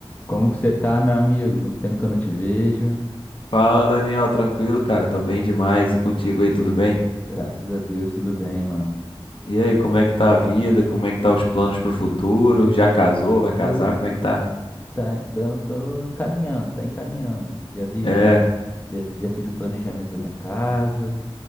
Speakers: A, on the left (about 20°); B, on the left (about 60°).
A: Como que você tá, meu amigo? Muito tempo que eu não te vejo.
B: Fala, Daniel, tranquilo, cara? Tô bem demais. E contigo aí, tudo bem?
A: Graças a Deus, tudo bem, mano.
B: E aí, como é que tá a vida? Como é que tá os planos pro futuro? Já casou? Vai casar?
A: Pô,
B: Como é que tá?
A: tá, então, tô encaminhando, tá encaminhando. Já vi,
B: É,
A: já, já fiz o planejamento da minha casa,